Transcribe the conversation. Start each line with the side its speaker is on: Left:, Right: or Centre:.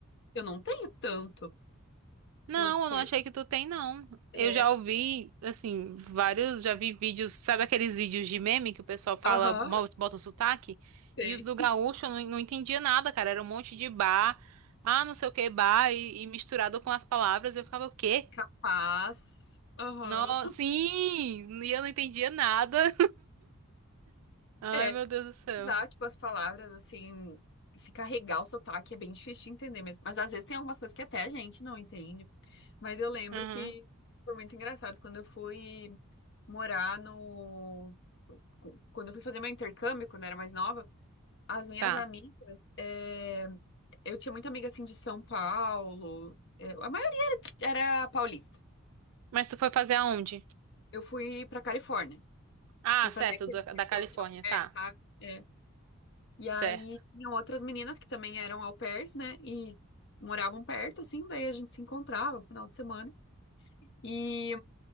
Left: eu não tenho tanto,
Right: Não,
Left: porque
Right: eu não achei que tu tem, não.
Left: é.
Right: Eu já ouvi, assim, vários, já vi vídeos, sabe aqueles vídeos de meme que o pessoal fala,
Left: Aham.
Right: mo- bota o sotaque?
Left: Tem.
Right: E os do gaúcho eu não, não entendia nada, cara. Era um monte de bar, ah, não sei o que, bar, e, e misturado com as palavras, eu ficava, o quê?
Left: Capaz. Aham.
Right: No, sim! E eu não entendia nada. <laughs> Ai,
Left: É,
Right: meu Deus do céu.
Left: usar, tipo, as palavras, assim, se carregar o sotaque é bem difícil de entender mesmo. Mas às vezes tem algumas coisas que até a gente não entende. Mas eu lembro
Right: Uhum,
Left: que foi muito engraçado quando eu fui morar no. Quando eu fui fazer meu intercâmbio, quando eu era mais nova, as minhas
Right: tá.
Left: amigas. é, Eu tinha muita amiga, assim, de São Paulo. é, A maioria era, de- era paulista.
Right: Mas tu foi fazer aonde?
Left: Eu fui pra Califórnia.
Right: Ah,
Left: Fui
Right: certo,
Left: fazer aquele
Right: da, da
Left: intercâmbio
Right: Califórnia,
Left: de albergue,
Right: tá.
Left: sabe? É, E
Right: Certo.
Left: aí tinham outras meninas que também eram au pairs, né? E moravam perto, assim, daí a gente se encontrava no final de semana. E